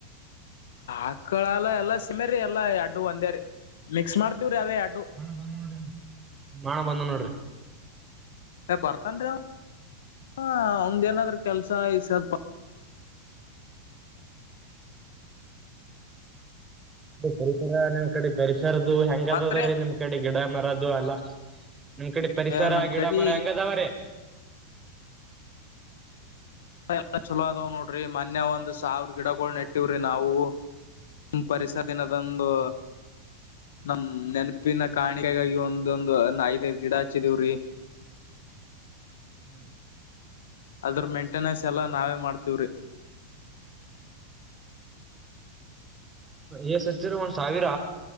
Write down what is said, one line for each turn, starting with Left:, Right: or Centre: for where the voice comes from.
Left: ಆಕ್ಕಳಲ್ಲ ಎಲ್ಲಾ ಸಿಮ್ಮ್ರೀ ಎಲ್ಲಾ ಅಡ್ಡು ಒಂದ್ಯ ರೀ ಮಿಕ್ಸ್ ಮಾಡ್ತಿವ್ರಿ ಅವದೇ ಅಡ್ಡು
Right: ಬ ನೋಡ್ರಿ ನಣ ಬಂದ ನೋಡ್ರಿ
Left: ಏ್ ಬರ್ತನ್ರೀ ಅಂವ್ ಹ ಒಂದದಿನಾದ್ರ ಕೆಲ್ಸ ಐದ
Right: ಪರಿಸರ ನಿಮ್ ಕಡೆ ಪರಿಸರ್ದ ಹೆಂಗ
Left: ಮತ್ರಿ
Right: ಅದ ಅದ್ರೀ ನಿಮ್ ಕಡೆ ಗಿಡ ಮರದು ಅಲ್ಲ ನಿಮ್ ಕಡೆ ಪರಿಸರ
Left: ಏ ನಮ್
Right: ಗಿಡ
Left: ಕಡಿ
Right: ಮರ ಹೆಂಗದಾವರೀ
Left: ಎಲ್ಲ ಚಲೋ ಅದಾವ್ ನೋಡ್ರಿ ಮನ್ೆ ಒಂದ್ ಸಾವಿ್ರ ಗಿಡಗಳಗಳು ನೆಟ್ಟಿವ್ರಿ ನಾವು ಪರಿಸರ ದಿನದೊಂದು
Right: ಹ್ಮ್
Left: ನಮ್ ನೆನಪಿನ ಕಾಣಿಕೆಗಾಗಿ ಒಂದೊಂದು ಐದ್ೈಐ್ ಗಿಡ ಹಚ್ಚಿದೀವ್ರೀ
Right: ಹೂ
Left: ಅದ್ರ ಮೇಂಟೆನೆನ್ಸ್ ಎಲ್ಲಾ ನಾವೇ ಮಾಡ್ತವ್ರಿರೀ
Right: ಎಏಸಹಚಿರಿ ಒಂದ್ ಸಾವಿರ